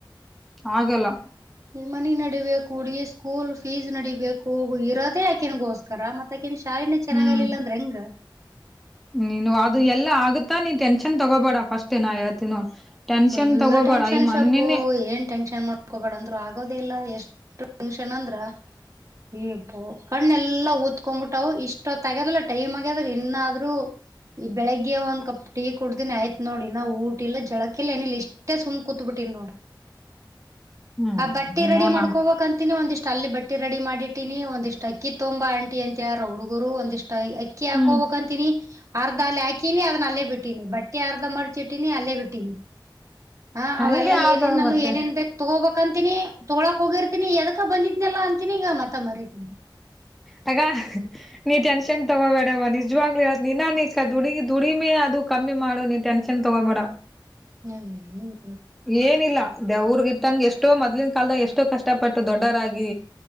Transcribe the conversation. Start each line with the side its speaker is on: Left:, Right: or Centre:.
Centre: ಆಗಲ್ಲ
Right: ಈ ಮನಿ ನಡಿಬೇಕು ಹುಡುಗಿ ಸ್ಕೂಲ್ ಫೀಸ್ ನಡಿಬೇಕು ಇರೋದೇ ಆಕೆನಗೋಸ್ಕರ ಮತ್ತಾಕೆನ್ ಶಾ ಶಾಲಿನೆ ಚೆನ್ನಾಗ್ಲಿಲ್ಲ
Centre: ಹ್ಮ್
Right: ಅಂದ್ರ ಹೆಂಗ
Centre: ನೀನು ಅದು ಎಲ್ಲಾ ಆಗುತ್ತಾ ನೀನ್ ಟೆನ್ಷನ್ ತಗೋಬೇಡ ಫಸ್ಟೆ ನಾ ಹೇಳ್ತೀನ್ ನೋಡ್. ಟೆನ್ಷನ್
Right: ಫುಲ್
Centre: ತಗೋಬೇಡ
Right: ಟೆನ್ಷನ್
Centre: ಈ ಮೊನ್ನೆನೆ
Right: ಶಬ್ಬು ಏನ್ ಟೆನ್ಷನ್ ಮಾ ಕೊ ಬ್ಯಾಡ ಅಂದ್ರು ಆಗೋದಿಲ್ಲ ಎಷ್ಟು ಟೆನ್ಷನ್ ಅಂದ್ರ ಅಯ್ ಇಪ್ಪೋ ಕಣ್ ಎಲ್ಲಾ ಊತ್ಕೊಂಬಿಟ್ಟಾವು ಇಷ್ಟ ತಗ್ಯದಲ್ಲ ಟೈಮ್ ಆಗ್ಯದ್ರ ಇನ್ನಾದ್ರು ಈ ಬೆಳಗ್ಗೆ ಒಂದ್ ಕಪ್ ಟೀ ಕುಡ್ತೀನಿ ಆಯ್ತ್ ನೋಡ್ ಇನ್ ಊಟ ಇಲ್ಲ ಜಳಕ್ ಕಿಲ್ಲ ಏನಿಲ್ಲ ಇಷ್ಟೆ ಸುಮ್ ಕೂತ್ಬಿಟ್ಟಿನ್ ನೋಡ್.
Centre: ಹ್ಮ್
Right: ಆ ಬಟ್ಟಿ ರೆಡಿ
Centre: ನೋನ
Right: ಮಾಡ್ಕೋಬೇಕಂತೀನಿ ಒಂದಿಷ್ಟ್ ಅಲ್ಲಿ ಬ ಟಿ ರೆಡಿ ಮಾಡಿಟ್ಟೀನಿ ಒಂದಿಷ್ಟ್ ಅಕ್ಕಿ ತೊಂಬಾ ಆಂಟಿ ಅಂತ ಹೇಳ್ಯಾರ ಹುಡುಗರು ಒಂದಿಷ್ಟ್ ಅಕ್ಕಿ ಹಾಕ್
Centre: ಹ್ಮ್
Right: ಹೊಬೇಕಂ ಟಿನಿ ಅರ್ಧ ಅಲ್ಲಿ ಹಾಕಿನಿ ಅದನ್ನ ಅಲ್ಲೇ ಬಿಟ್ಟೀನಿ ಬಟ್ಟೆ ಅರ್ಧ ಮಾಡ್ಚಿಟ್ಟೀನಿ ಅಲ್ಲೇ ಬಿಟ್ಟೀನಿ. ಹಾ
Centre: ಹಂಗೆ
Right: ಅವೆಲ್ಲ
Centre: ಆತದ
Right: ಏನೇನ್ ನಾನು
Centre: ಮತ್ತೆ
Right: ಏನೇನ್ ಬೇಕ್ ತಗೋಬೇಕ ಅಂತಿನಿ ತೊಗೋಳಾಕ್ ಹೋಗಿರ್ತೀನಿ ಎದಕ ಬಂದಿದ್ನಲ್ಲ ಅಂತಿನಿ ಈಗ ಮತ್ತ ಮರಿತೀನಿ.
Centre: ತಗ ನೀ ಟೆನ್ಷನ್ ತಗ ಬೇಡವ ನಿಜ್ವಾಗ್ಲಿ ಹೇಳತ್ನ್ ನಿನ ನೀ ದುಡಿ ದುಡಿಮೆ ಅದು ಕಮ್ಮಿ ಮಾಡು ನೀ ಟೆನ್ಷನ್ ತಗೋಬೇಡ.
Right: ಹ್ಮ್
Centre: ಏನಿಲ್ಲ ದೇವ್ರಗ ಇಟ್ಟಂಗ ಎಷ್ಟೋ ಮೊದ್ಲಿನ್ ಕಾಲದಾಗ ಎಷ್ಟೋ ಕಷ್ಟಪಟ್ಟು ದೊಡ್ಡರಾಗಿ